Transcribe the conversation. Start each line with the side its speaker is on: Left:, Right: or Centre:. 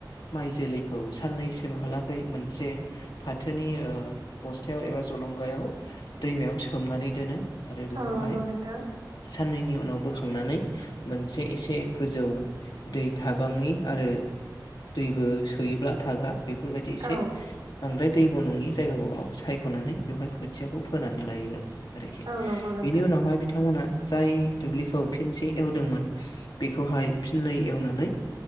Left: माइ जोलैखौ साननैसिमहालागै मोनसे फाथोनि बस्थायाव एबा जलंगायाव दैमायाव सोमनानै दोनो। आरो बेखौहाय
Right: औ नंगौ नोंथां
Left: साननैनि उनाव बोखांनानै मोनसे एसे गोजौ दै थाबाङै आरो दैबो सोयोब्ला थाग्रा बेफोरबायदि एसे
Right: औ
Left: बांद्राय दैब' नङि जायगाखौ सायख'नानै बेवहाय खोथियाखौ फोनानै लायो आरोखि
Right: औ नंगौ नोंथां
Left: बिनि उनावहाय बिथांमोनहा जाय दुब्लिखौ फिनसे एवदोंमोन बेखौहाय फिननै एवनानै